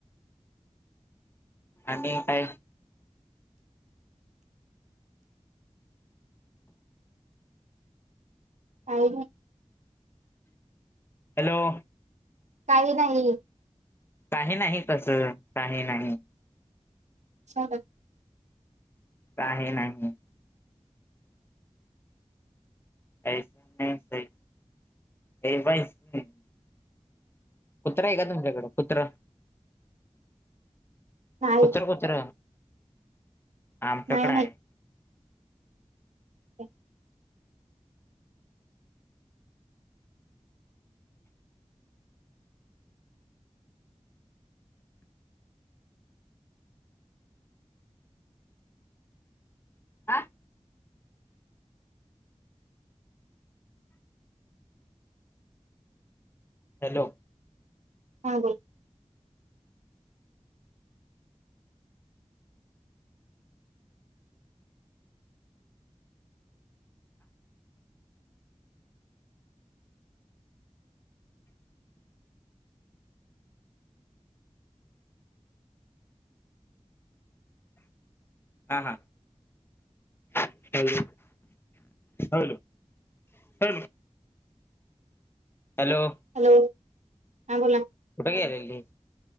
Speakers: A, on the left; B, on the right.
A: आणि काय?
B: काही नाही
A: हॅलो.
B: काही नाही.
A: काही नाही कसं काही नाही.
B: ह.
A: काही नाही. ऐकु येत नाही. ये बाई <unintelligible> कुत्र हाय का तुमच्याकडं कुत्र?
B: नाही
A: कुत्र कुत्र. आमच्याकड
B: नाही
A: हाय.
B: हो.
A: आ. हॅलो.
B: हा बोल.
A: हा हा. Hello, hello, hello. Hello.
B: Hello हा बोला.
A: कुठे गेलेली?